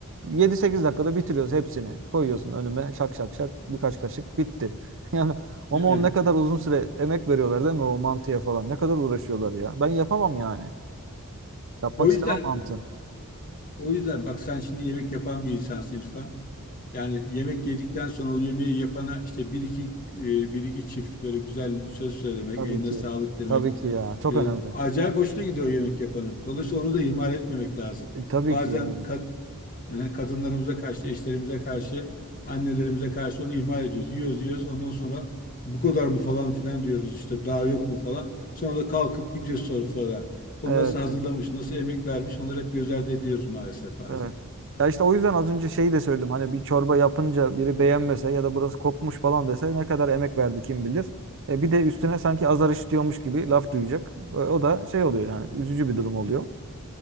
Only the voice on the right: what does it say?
yedi sekiz dakikada bitiriyoruz hepsini. Koyuyorsun önüme şak şak şak birkaç kaşık bitti. <laughs> Yani ama
on ne kadar uzun süre emek veriyorlar değil mi o mantıya falan. Ne kadar uğraşıyorlar ya. Ben yapamam yani. Yapmak
istemem
mantı.
Tabii
ki.
Tabii ki ya. Çok
önemli.
E, tabii
ki yani.
Evet.
Evet. Ya işte o yüzden az önce şeyi de söyledim. Hani bir çorba yapınca biri beğenmese ya da burası kokmuş falan dese ne kadar emek verdi kim bilir. E bir de üstüne sanki azar işitiyormuş gibi laf duyacak. E, O da şey oluyor yani üzücü bir durum oluyor.